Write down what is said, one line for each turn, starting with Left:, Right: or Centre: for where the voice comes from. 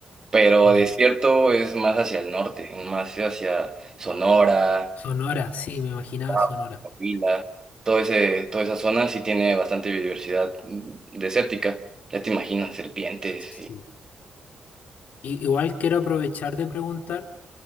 Right: pero
Left: Ya.
Right: desierto es más hacia el norte, más hacia Sonora,
Left: Sonora, sí, me imaginaba
Right: Coahuila.
Left: Sonora.
Right: Todo ese, toda esa zona sí tiene bastante biodiversidad mm, desértica. Ya te imaginas, serpientes
Left: Sí. I- Igual quiero aprovechar de preguntar,